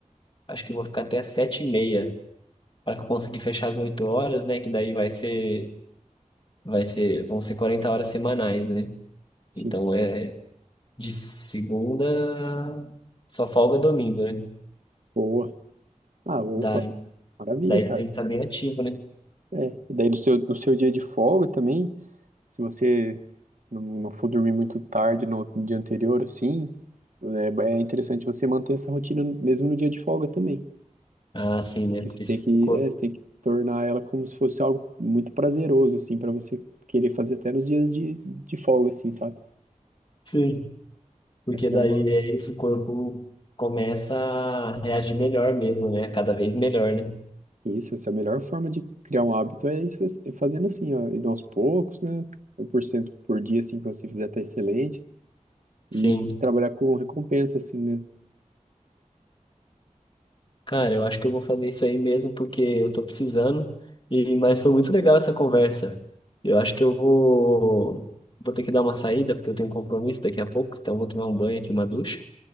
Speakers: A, on the left; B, on the right.
A: Acho que eu vou ficar até as sete e meia para conseguir fechar as oito horas, né? Que daí vai ser, vai ser, vão ser 40 horas semanais, né?
B: sim.
A: Então é de segunda só folga domingo, né?
B: Boa. Ah, opa,
A: Daí,
B: maravilha,
A: daí
B: cara.
A: tem que estar bem ativo, né?
B: É, e daí no seu, no seu dia de folga também, Se você não, não for dormir muito tarde no, no dia anterior, assim, é, é interessante você manter essa rotina mesmo no dia de folga também.
A: Ah, sim, né?
B: Que
A: Porque
B: você
A: se
B: tem que,
A: o corpo,
B: é, você tem que tornar ela como se fosse algo muito prazeroso, assim, para você querer fazer até nos dias de, de folga, assim, sabe?
A: sim, porque
B: Essa
A: daí
B: é uma,
A: é isso, o corpo começa a reagir melhor mesmo, né? Cada vez melhor, né?
B: isso, essa é a melhor forma de criar um hábito, é isso, é fazendo assim, ó, indo aos poucos, né? 1% por cento por dia, assim, que você fizer tá excelente.
A: Sim.
B: E se trabalhar com recompensa, assim, né?
A: Cara, eu acho que eu vou fazer isso aí mesmo porque eu tô precisando. E mas foi muito legal essa conversa. Eu acho que eu vou vou ter que dar uma saída porque eu tenho um compromisso daqui a pouco, então eu vou tomar um banho aqui, uma ducha.